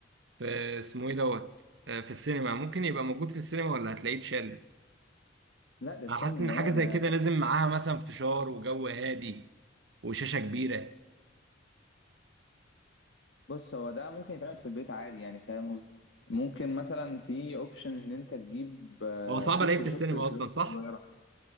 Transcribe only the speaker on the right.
في اسمه ايه دوت آه، في السينما ممكن يبقى موجود في السينما ولا هتلاقيه اتشال
انا حاسس
ان
حاجه زي
كده
لازم معاها مثلا فشار وجو هادي وشاشه كبيره
هو صعب
الاقيه
في السينما
اصلا صح